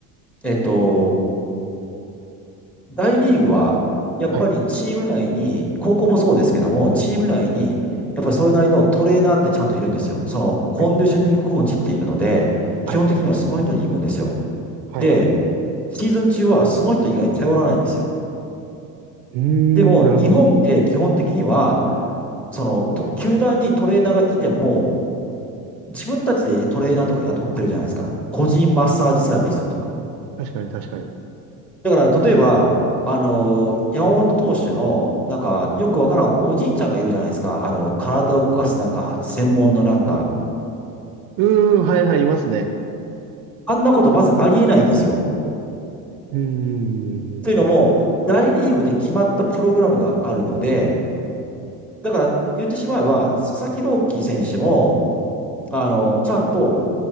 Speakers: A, in the centre; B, on the right.
A: えっと、大リーグは、やっぱりチーム内に、
B: はい、
A: 高校もそうですけども、チーム内に、やっぱりそれなりのトレーナーってちゃんといるんですよ。その、コンディショニングコーチっているので、
B: はい、
A: 基本的にはその人に行くんですよ。
B: はい、はい、
A: で、
B: はい。はい。
A: シーズン中はその人以外頼らないんですよ。
B: うーん、
A: でも、
B: なるほど。
A: 日本って基本的には、その、と球団にトレーナーがいても、自分たちでトレーナーとか雇ってるじゃないですか。個人マッサージセラピストとか。
B: 確かに、確かに。
A: だから、例えば、あのー山本投手の、なんか、よくわからんおじいちゃんがいるじゃないですか。あの、体を動かすなんか、専門のなんか、
B: うーん、はい、はい、いますね。
A: あんなことまずありえないんですよ。
B: うーん、
A: というのも、
B: う
A: 大リーグで決まったプログラムがあるので、だから言ってしまえば、佐々木朗希選手も、あの、ちゃんと、